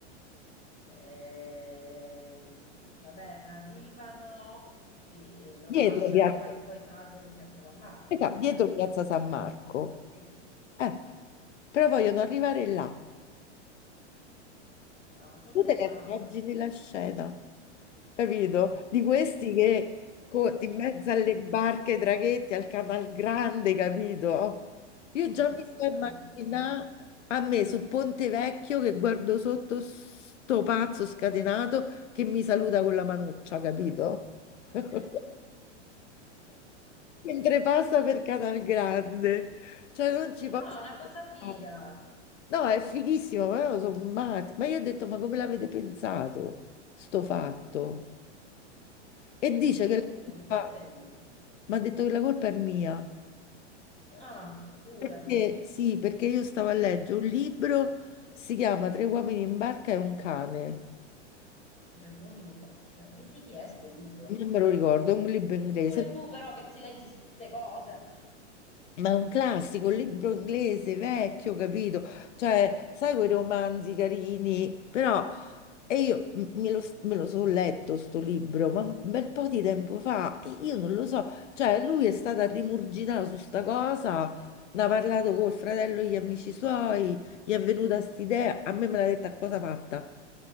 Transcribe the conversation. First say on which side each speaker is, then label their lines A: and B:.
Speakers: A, on the left (about 20°); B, on the left (about 80°).
A: Ehm, vabbè, arrivano, sì, eh, lo
B: Dietro
A: lasciano
B: Piazza,
A: e poi salgono in Piazza San Marco.
B: aspetta, dietro
A: Eh,
B: Piazza San Marco.
A: sì.
B: Eh, però vogliono arrivare là.
A: No, ma sono
B: Tu
A: dei
B: te
A: pazzi.
B: ne immagini la scena, capito? Di questi
A: <laughs>
B: che co- in mezzo alle barche, ai traghetti, al Canal Grande, capito? Io già
A: No,
B: mi sto
A: dei pazzi.
B: immaginando a me su Ponte Vecchio che guardo sotto sto pazzo scatenato che mi saluta con la manuccia, capito? <laughs>
A: <laughs>
B: Mentre passa per Canal Grande, cioè non ci
A: Però
B: posso.
A: è una cosa figa.
B: pensare. No, è fighissimo, ma loro sono matti. Ma io ho detto, ma come l'avete pensato, sto fatto? E dice
A: Ma
B: che
A: infatti
B: la
A: come
B: colpa,
A: gli è venuta?
B: mi ha detto che la colpa è mia.
A: Ah, pure.
B: Perché, sì, perché io stavo a leggere un libro, si chiama Tre uomini in barca e un cane.
A: Tre uomini in banca. E di chi è sto libro?
B: Non me lo ricordo, è un libro inglese,
A: Pure tu però che ti leggi queste cose.
B: ma è un classico, un libro inglese, vecchio, capito? Cioè, sai quei romanzi carini, però E io m- me lo, me lo so letto sto libro, ma un bel po' di tempo fa, e io non lo so, cioè lui è stato a rimurgitare su sta cosa, ne ha parlato col fratello e gli amici suoi, gli è venuta st'idea, a me me l'ha detta a cosa fatta,